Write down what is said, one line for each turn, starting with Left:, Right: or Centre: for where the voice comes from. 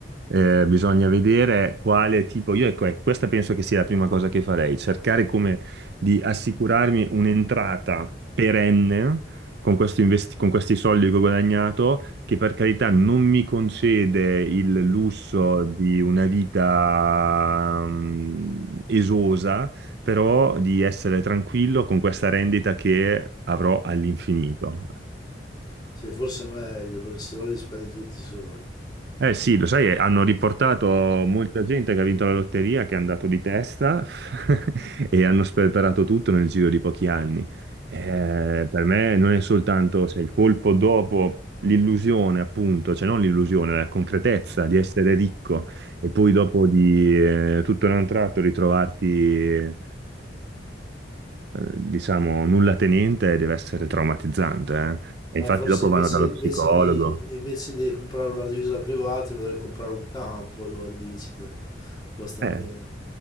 Right: Eh, bisogna vedere quale tipo, io ecco, eh, questa penso che sia la prima cosa che farei, cercare come di assicurarmi un'entrata perenne con questo investi- con questi soldi che ho guadagnato, che per carità non mi concede il lusso di una vita mm, esosa, però di essere tranquillo con questa rendita che avrò all'infinito.
Left: Sì, forse è meglio perché sennò li spendi tutti i soldi.
Right: Eh sì, lo sai, hanno riportato molta gente che ha vinto la lotteria, che è andato di testa <laughs> e hanno sperperato tutto nel giro di pochi anni. Eh, per me non è soltanto se il colpo dopo l'illusione, appunto, cioè non l'illusione, la concretezza di essere ricco e poi dopo di eh, tutto in un tratto ritrovarti, eh, diciamo, nulla tenente, deve essere traumatizzante, eh. E
Left: Ma
Right: infatti
Left: forse
Right: dopo
Left: invece,
Right: vanno dallo
Left: invece
Right: psicologo.
Left: di, invece di comprare una divisa privata mi dovrei comprare un campo, allora dici te, che costa
Right: Eh.
Left: meno.